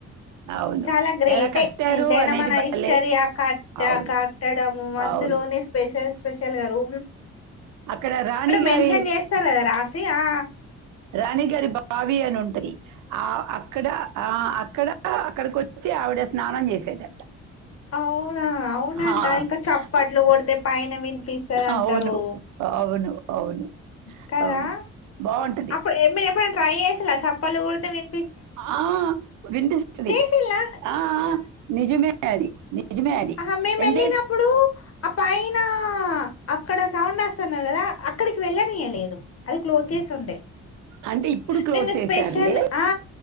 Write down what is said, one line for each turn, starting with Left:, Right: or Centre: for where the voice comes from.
Right: అవును
Left: చాలా గ్రేటే
Right: ఎలా కట్టారు
Left: ఎంతైనా
Right: అనేది
Left: మన
Right: భలే
Left: హిస్టరీ ఆ కట్ట
Right: అవును
Left: కట్టడము అందులోనే
Right: అవును
Left: స్పెషల్ స్పెషల్గా రూ
Right: అక్కడ రాణి గారి
Left: మెన్షన్ చేస్తారు కదా రాసి ఆ
Right: రాణి గారి బ ఆవి అని ఉంటది ఆ అక్కడ ఆ అక్కడ కా! అక్కడిక వచ్చి, ఆవిడ స్నానం చేసేదంట.
Left: అవునా? అవునంట.
Right: ఆ,
Left: ఇంకా, చప్పట్లు కొడితే పైన వినిపిస్తది అంటారు.
Right: అవును అవును అవును
Left: హ్మ్, కదా?
Right: అవును బాగుంటది
Left: అప్పుడు ఏమీ ఎప్పుడంటే. ట్రై చేశిల? చప్పలు గొడితే విన్న.
Right: ఆ! వినిపిస్తది.
Left: చేసిలా
Right: ఆ! నిజమే అది. నిజమే అది
Left: అహా, మేము
Right: అంటే
Left: వెళ్లినప్పుడు ఆ పైన. అక్కడ సౌండ్ వస్తున్నారు కదా? అక్కడికి వెళ్లానీయలేదు. అది క్లోజ్ చేసి ఉండే.
Right: అంటే ఇప్పుడు క్లోజ్
Left: నేను
Right: చేశారులే
Left: స్పెషల్, ఆ